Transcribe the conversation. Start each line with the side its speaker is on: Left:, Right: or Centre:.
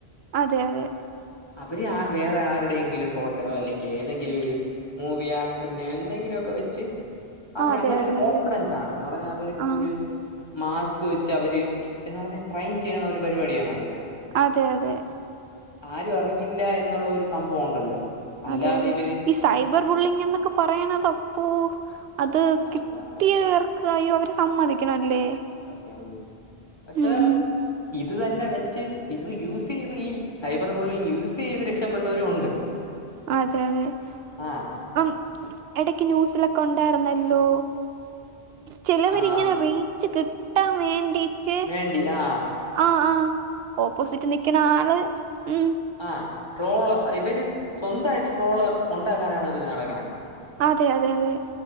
Right: അതെ അതെ
Left: അവര് വേറെ ആരുടെയെങ്കിലും ഫോട്ടോയോ അല്ലെങ്കിൽ എന്തെങ്കിലും ഒരു മൂവി ആക്ടറിനെ എന്തെങ്കിലും ഒക്കെ വെച്ച് അവര്
Right: ആ അതെ,
Left: അങ്ങനെ
Right: അതെ,
Left: ഒരു കോൺഫിഡൻസ്
Right: അതെ.
Left: ആണ് എന്ന് പറഞ്ഞാൽ അവർക്കൊരു
Right: ആ.
Left: മാസ്ക് വെച്ച് അവര് എന്താ പറഞ്ഞ ക്രൈം ചെയ്യണ ഒരു പരിപാടിയാണത്
Right: അതെ അതെ
Left: ആരും അറിയില്ല എന്നുള്ള ഒരു സംഭവം ഉണ്ടല്ലോ അല്ലാതെയും
Right: അതെ, അതെ. ഈ സൈബർ ബുള്ളിങ്ങ് എന്നൊക്കെ പറയണതപ്പോ അത്
Left: ആഹ്
Right: കിട്ടിയവ
Left: അതാണ്
Right: ക്ക് അയ്യോ അവര് സമ്മതിക്കണല്ലേ
Left: സത്യം പക്ഷെ
Right: ഉം, ഉം.
Left: ഇത് തന്നെ വെച്ച് ഇത് യൂസ് ചെയ്ത് ഈ സൈബർ ബുള്ളി യൂസ് ചെയ്ത് രക്ഷപ്പെട്ടവരും ഉണ്ട്
Right: അതെ അതെ
Left: ആഹ്
Right: ഇപ്പം എടക്ക് ന്യൂസിലൊക്കെ ഉണ്ടായിരുന്നല്ലോ ചെലവരിങ്ങനെ
Left: ആഹ്
Right: റീച്ച് കിട്ടാൻ വേണ്ടി റ്റ്
Left: വേണ്ടി ആഹ്
Right: ആഹ് ആഹ് ഓപ്പോസിറ്റ് നിൽക്കുന്ന ആള് ഉം
Left: ആ ട്രോള് ഇവര് സ്വന്തമായിട്ട് ട്രോള് ഉണ്ടാക്കാനാണ് ഇവര് നടക്കണ
Right: അതെ അതെ അതെ.